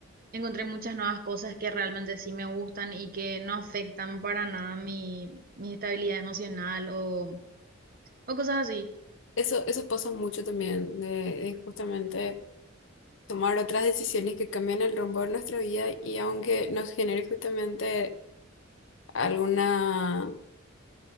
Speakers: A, on the right; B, on the left.
A: encontré muchas nuevas cosas que realmente sí me gustan y que no afectan para nada mi, mi estabilidad emocional o, o cosas así.
B: Eso, eso pasa mucho también, de, de justamente tomar otras decisiones que cambian el rumbo de nuestra vida y aunque nos genere justamente alguna,